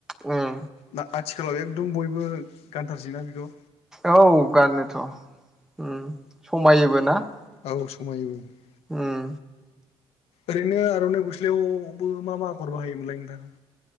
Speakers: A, in the centre; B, on the left (about 80°).
A: उम
B: ना आथिखालाव एकदम बयबो गानथारसैना बेखौ ।
A: औ गानोथ' उम समायोबो ना ।
B: औ समायोबो ।
A: उम
B: ओरैनो आर'नाइ गस्लायावबो मा मा आगर बाहायोमोनलाय नोंथांखौ?